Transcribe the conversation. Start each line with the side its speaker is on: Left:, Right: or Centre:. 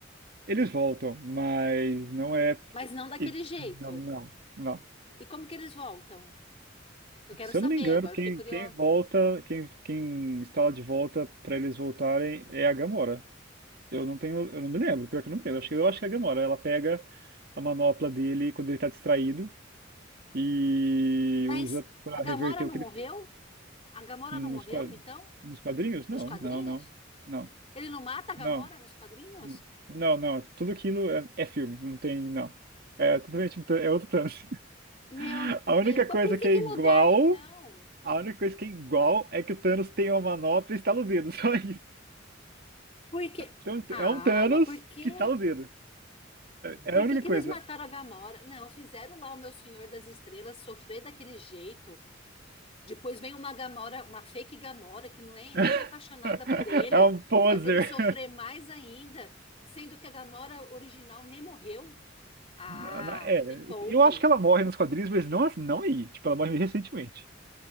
Right: Eles voltam, mas não é.
Left: Mas não daquele
Right: e-
Left: jeito.
Right: Não, não, não.
Left: E como que eles voltam? Eu quero
Right: Se
Left: saber,
Right: eu não me engano,
Left: agora
Right: quem,
Left: eu fiquei curiosa.
Right: quem volta, quem, quem está de volta para eles voltarem é a Gamora. Eu não tenho, eu não me lembro, pior que eu não me lembro. Acho que, eu acho que é a Gamora. Ela pega a manopla dele quando ele tá distraído e
Left: Mas
Right: usa pra
Left: a Gamora
Right: reverter o
Left: não
Right: que
Left: morreu?
Right: ele fez.
Left: A Gamora
Right: Nos,
Left: não morreu,
Right: qua-
Left: então?
Right: nos quadrinhos?
Left: Nos
Right: Não,
Left: quadrinhos?
Right: não, não, não,
Left: Ele não mata a Gamora
Right: não,
Left: nos quadrinhos?
Right: n- não, não. Tudo aquilo é, é filme, não tem, não. É totalmente, um tan- é outro Thanos.
Left: Meu
Right: <laughs> A única
Left: Deus, mas
Right: coisa
Left: por
Right: que
Left: que
Right: é
Left: que
Right: igual,
Left: mudaram então?
Right: a única coisa que é igual é que o Thanos tem uma manopla e estala o dedo, <laughs> só isso.
Left: Por que?
Right: Então,
Left: Ah,
Right: é um Thanos
Left: mas por quê?
Right: que estala o dedo.
Left: Por
Right: É a única
Left: que que
Right: coisa.
Left: eles mataram a Gamora? Não, fizeram lá o meu Senhor das Estrelas sofrer daquele jeito. Depois vem uma Gamora, uma fake Gamora que não é
Right: <laughs>
Left: nem é apaixonada por ele,
Right: É um poser.
Left: fazer ele sofrer mais ainda, sendo que a Gamora original nem morreu. Ah,
Right: Na- na- É,
Left: me poupe.
Right: eu acho que ela morre nos quadrinhos, mas não, não aí. Tipo, ela morre recentemente.